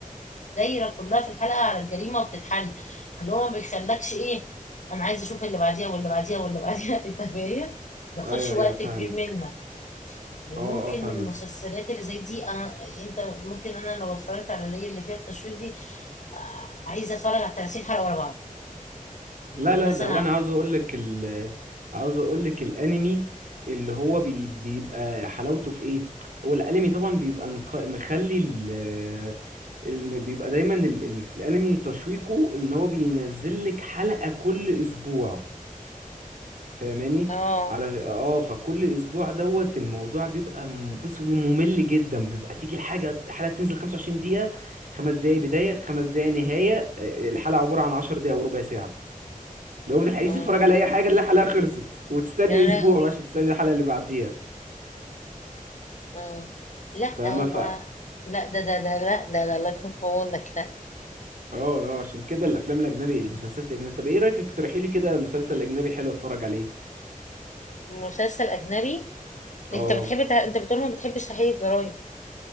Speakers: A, on the left (about 55°); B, on the right (about 70°).
A: دايره كلها في الحلقه على الجريمه وبتتحل فاللي هو ما بيخلكش ايه انا عايز اشوف اللي بعديها واللي بعديها واللي بعديها <laughs> انت فاهم ما ياخدش
B: ايوه
A: وقت
B: ايوه فاهمك
A: كبير منك يعني
B: اه
A: ممكن
B: اه فاهمك
A: المسلسلات اللي زي دي انا انت ممكن انا لو اتفرجت على اللي هي اللي فيها التشويق دي آه، عايزه اتفرج على 30 حلقه ورا بعض يعني
B: لا لا
A: مثلا
B: ده هو انا عاوز اقول لك ال عاوز اقول لك الانمي اللي هو بي بيبقى حلاوته في ايه هو الانمي طبعا بيبقى مخ- مخلي ال الم- بيبقى دايما ال... ال... الانمي تشويقه ان هو بينزل لك حلقة كل اسبوع فاهماني
A: اه
B: على اه فكل اسبوع دوت الموضوع بيبقى م- بص هو ممل جدا بيبقى تيجي الحاجة الحلقة تنزل 25 دقيقة خمس دقايق بداية خمس دقايق نهاية آه، الحلقة عبارة عن 10 دقايق وربع ساعة لو بتلحقيش
A: اه
B: تتفرج على اي حاجه تلاقي الحلقه خلصت وتستني
A: يا
B: اسبوع
A: لهوي
B: بقى عشان تستني الحلقه اللي بعديها
A: اه لا
B: فاهمه
A: هو
B: ف اه
A: لا ده ده ده لا ده ده الله يكون في عونك لا
B: اه عشان كده الافلام الاجنبي المسلسلات الاجنبي طب ايه رايك اقترحي لي كده مسلسل اجنبي حلو اتفرج عليه
A: مسلسل اجنبي
B: اه
A: انت بتحب تع... انت بتقول ما بتحبش تحقيق الجرايم